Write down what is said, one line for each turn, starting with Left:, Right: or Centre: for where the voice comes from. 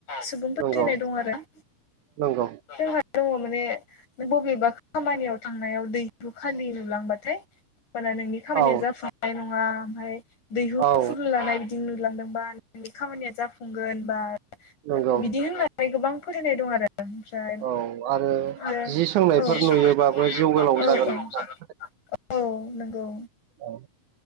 Left: सुबुंफोर
Right: नंगौ
Left: थैनाय दं आरो
Right: नंगौ
Left: जों दंङो माने बबेबा खामानियाव थांनायाव दैरुखालि नुलांबाथाय नोंनि खामानिया
Right: औ
Left: जाफुंनाय नंङा ओमफ्राय दैहु
Right: औ
Left: फुलु लानाय बिदि नुलां बा नोंनि खामानिया जाफुंगोन बा
Right: नंगौ
Left: बिदि होननानै गोबां फोथायनाय दं आरो ओमफ्राय
Right: औ आरो
Left: आरो
Right: जि सोंनायफोर
Left: औ जि सोंनाय
Right: नुयोबाबो
Left: नुयोब्लाबो
Right: जिउ
Left: जिउ गोलाव
Right: होननानै
Left: जागोन औ - औ नंगौ
Right: औ